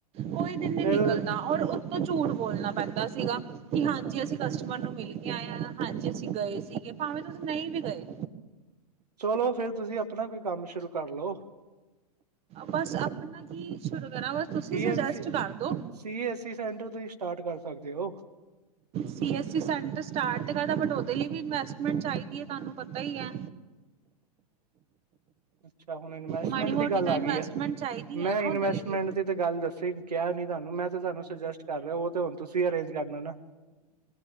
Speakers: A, on the right; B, on the right.
A: ਕੋਈ ਦਿਨ ਨਹੀ
B: ਫਿਰ
A: ਨਿਕਲਦਾ ਔਰ ਉਤੋ ਝੂਠ ਬੋਲਣਾ ਪੈਂਦਾ ਸੀਗਾ। ਕਿ
B: ਅੱਛਾ
A: ਹਾਂਜੀ
B: ਅੱਛਾ।
A: ਅਸੀ ਕਸਟਮਰ ਨੂੰ ਮਿਲ ਕੇ ਆਏ ਹਾਂ ਹਾਂਜੀ ਅਸੀ ਗਏ ਸੀਗੇ ਭਾਵੇ ਤੁਸੀ ਨਹੀ ਵੀ ਗਏ।
B: ਚਲੋ ਫੇਰ ਤੁਸੀ ਆਪਣਾ ਕੋਈ ਕੰਮ ਸ਼ੁਰੂ ਕਰ ਲਓ।
A: ਬਸ ਆਪਣਾ ਕੀ ਸ਼ੁਰੁ ਕਰਾਂ ਬ ਤੁਸੀ
B: ਸੀ
A: ਸੁਜਸਟ
B: ਐਨ ਸੀ
A: ਕਰਦੋ।
B: ਸੀ ਏ ਈ ਸੈਂਟਰ ਤੁਸੀ ਸਟਾਰਟ ਕਰ ਸਕਦੇ ਹੋ।
A: C S E centre start ਕਰਦਾ ਬਟ ਉਹਦੇ ਲਈ ਵੀ ਇਨਵੈਸਟਮੈਂਟ ਚਾਹੀਦੀ ਹੈ। ਤੁਹਾਨੂੰ ਪਤਾ ਹੀ ਹੈ।
B: ਅਛਾ ਹੁਣ ਇਨਵੈਸਟਮੈਂਟ
A: ਮਾੜੀ ਮੋਟੀ
B: ਦੀ ਗੱਲ
A: ਤਾਂ
B: ਆ
A: ਇਨਵੈਸਟਮੈਂਟ
B: ਗਈ ਹੈ।
A: ਚਾਹੀਦੀ ਹੈ
B: ਮੈ
A: ਨਾ
B: ਇਨਵੈਸਟਮੈਂਟ
A: ਉਹਦੇ ਲਈ ਵੀ
B: ਤੇ ਗੱਲ ਦੱਸੀ ਕਿਹਾ ਨੀ ਤੁਹਾਨੂੰ ਮੈ ਤੇ ਤੁਹਾਨੂੰ ਸੁਜੈਸਟ ਕਰ ਰਿਹਾ ਉਹ ਤੇ ਹੁਣ ਤੁਸੀ ਅਰੇਂਜ ਕਰਨਾ ਨਾ।